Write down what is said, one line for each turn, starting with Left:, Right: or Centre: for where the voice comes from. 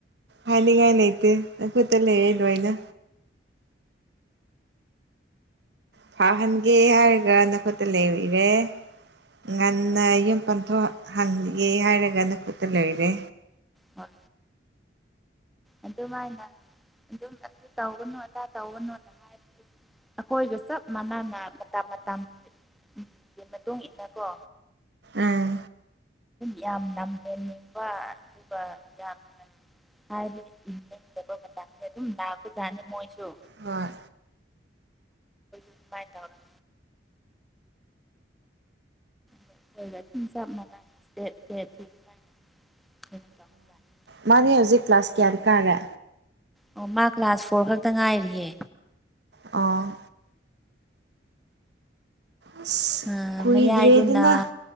Right: ꯍꯥꯏꯅꯤꯡꯉꯥꯏ ꯂꯩꯇꯦ ꯅꯈꯨꯠꯇ ꯂꯩꯔꯦ ꯂꯣꯏꯅ ꯐꯍꯟꯒꯦ ꯍꯥꯏꯔꯒ ꯅꯈꯨꯠꯇ ꯂꯩꯔꯦ ꯉꯟꯅ ꯌꯨꯝ ꯄꯟꯊꯣꯛꯍꯟꯒꯦ ꯍꯥꯏꯔꯒ ꯅꯀꯨꯠꯇ ꯂꯩꯔꯦ
Centre: ꯍꯣꯏ ꯑꯗꯨꯃꯥꯏꯅ ꯑꯗꯨꯝ ꯑꯗꯨ ꯇꯧꯒꯅꯨ ꯑꯗꯥ ꯇꯧꯒꯅꯣꯅ ꯍꯥꯏꯔꯗꯤ ꯑꯩꯈꯣꯏꯒ ꯆꯞ ꯃꯥꯟꯅꯅ ꯃꯇꯝ ꯃꯇꯝ ꯎꯝ ꯃꯇꯨꯡ ꯏꯟꯅꯀꯣ
Right: ꯑꯥ
Centre: ꯌꯥꯝ ꯅꯝꯃꯦ ꯅꯨꯄꯥ ꯑꯗꯨꯒ ꯌꯥꯝ ꯅꯝ ꯍꯥꯢꯕꯗꯤ ꯏꯗꯕ ꯃꯇꯝꯗ ꯑꯗꯨꯝ ꯂꯥꯛꯄꯖꯥꯠꯅꯤ ꯃꯣꯏꯁꯨ
Right: ꯍꯣꯏ
Centre: <unintelligible> <unintelligible>
Right: ꯃꯥꯅꯦ ꯍꯧꯖꯤꯛ ꯀ꯭ꯂꯥꯁ ꯀ꯭ꯌꯥ ꯀꯥꯔꯦ
Centre: ꯑꯣ ꯃꯥ ꯀ꯭ꯂꯥꯁ ꯐꯣꯔ ꯈꯛꯇ ꯉꯥꯏꯔꯤꯌꯦ
Right: ꯑꯣ ꯑꯁ
Centre: ꯑꯥ
Right: ꯀꯨꯏꯗ꯭ꯔꯦꯗꯅ
Centre: ꯃꯌꯥꯏꯗꯨꯅ